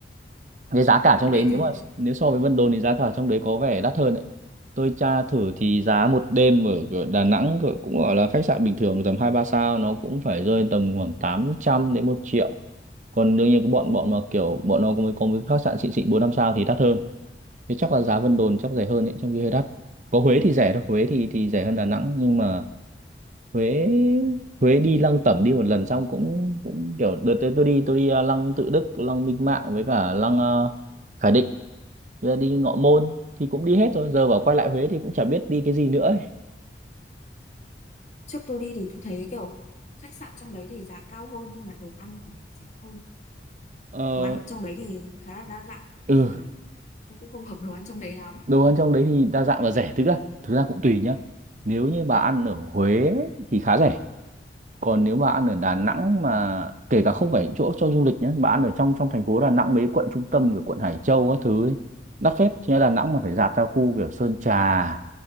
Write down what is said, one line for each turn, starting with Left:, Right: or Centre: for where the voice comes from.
Right: cái giá cả trong
Left: ở
Right: đấy
Left: đấy
Right: nếu
Left: tôi
Right: mà nếu so với Vân Đồn thì giá cả trong đấy có vẻ đắt hơn đấy tôi tra thử thì giá một đêm ở ở Đà Nẵng cỡ- cũng gọi là khách sạn bình thường tầm hai ba sao nó cũng phải rơi tầm khoảng 800 đến một triệu còn đương nhiên cái bọn bọn mà kiểu bọn nó có mấy có mấy khách sạn xịn xịn bốn năm sao thì đắt hơn thế chắc là giá Vân Đồn chắc rẻ hơn đấy trong khi hơi đắt có Huế thì rẻ thôi Huế thì thì rẻ hơn Đà Nẵng nhưng mà Huế Huế đi Lăng Tẩm đi một lần xong cũng cũng kiểu đợt tới tôi đi tôi đi à, Lăng Tự Đức Lăng Minh Mạng với cả Lăng à, Khải Định rồi đi Ngọ Môn thì cũng đi hết rồi giờ bảo quay lại Huế thì cũng chả biết đi cái gì nữa ấy.
Left: trước tôi đi thì tôi thấy kiểu khách sạn trong đấy thì giá cao hơn nhưng mà đồ ăn thì lại rẻ hơn
Right: Ờ,
Left: đồ ăn trong đấy thì khá là đa dạng
Right: ừ
Left: nhưng mà tôi cũng không hợp đồ ăn trong đấy lắm
Right: đồ ăn trong đấy thì đa dạng và rẻ thực ra thực ra cũng tùy nhá nếu như bà ăn ở Huế thì khá rẻ còn nếu bà ăn ở Đà Nẵng mà kể cả không phải những chỗ cho du lịch nhé bà ăn ở trong trong thành phố Đà Nẵng mấy quận trung tâm của quận Hải Châu các thứ ấy, đắt phết chứ Đà Nẵng mà phải dạt ra khu kiểu Sơn Trà